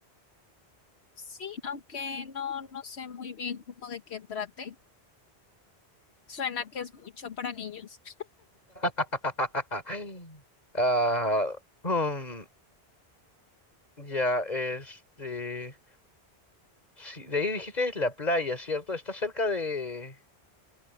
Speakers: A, on the left; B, on the left.
A: Sí, aunque no, no sé muy bien cómo de qué trate. Suena que es mucho para niños.
B: <laughs> Ah, mm, ya, este, sí, de ahí dijiste la playa, ¿cierto? ¿Está cerca de,